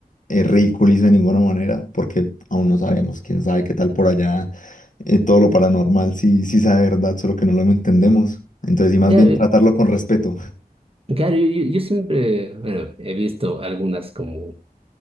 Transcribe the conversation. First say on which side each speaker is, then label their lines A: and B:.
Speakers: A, on the left; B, on the right.
A: eh, ridiculizo de ninguna manera, porque aún no sabemos, quién sabe qué tal por allá, eh, todo lo paranormal sí, sí sabe verdad, solo que no lo entendemos. Entonces sí, más
B: claro,
A: bien tratarlo con respeto. <laughs>
B: claro, yo, yo- yo siempre, bueno, he visto algunas como